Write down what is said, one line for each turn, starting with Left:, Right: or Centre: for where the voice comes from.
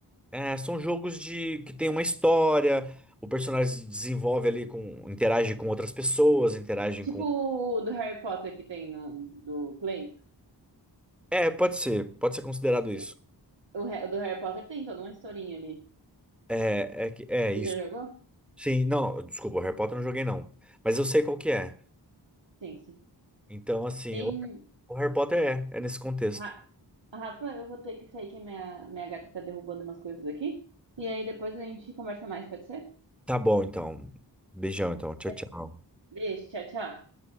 Centre: é, são jogos de que tem uma história, o personagem se desenvolve ali com, interage com outras pessoas, interage
Right: Tipo
Centre: com.
Right: o do Harry Potter que tem no, do Play.
Centre: É, pode ser, pode ser considerado
Right: Que-
Centre: isso.
Right: O, Har- o do Harry Potter tem toda uma historinha ali.
Centre: É, é, que- é
Right: Você
Centre: isso.
Right: já jogou?
Centre: Sim, não, desculpa, o Harry Potter eu não joguei não, mas eu sei qual que é.
Right: Sim, sim.
Centre: Então, assim,
Right: Em,
Centre: o, o Harry Potter é, é nesse contexto.
Right: Ra- Rafa, eu vou ter que sair que a minha, minha gata tá derrubando umas coisas aqui. E aí depois a gente conversa mais, pode ser?
Centre: Tá bom, então. Beijão, então. Tchau,
Right: Tá.
Centre: tchau.
Right: Beijo, tchau, tchau.